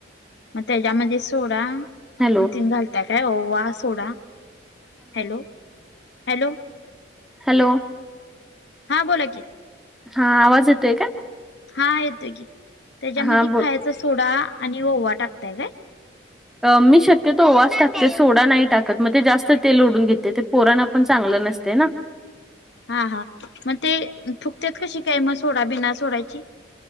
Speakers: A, on the left (about 60°); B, in the centre.
A: मग त्याच्यामध्ये सोडा
B: हॅलो
A: ती घाल त्या काय, ओवा, सोडा. हॅलो? हॅलोे?
B: हॅलोे?
A: हां बोला की.
B: हा आवाज येतोय का?
A: हा, येतोय की, त्याच्यामध्ये
B: हा बोल
A: खायचा सोडा आणि ओवा टाकताय काय?
B: मी शक्यतो ओवाच टाकते, सोडा नाही टाकत मग ते जास् स्त तेल ओडून घेतय ते, पोराना पण चांगलं नसते ना.
A: हा, हा मग ते फुकत्यात कशी काय सोडा मग बिना सोडाची?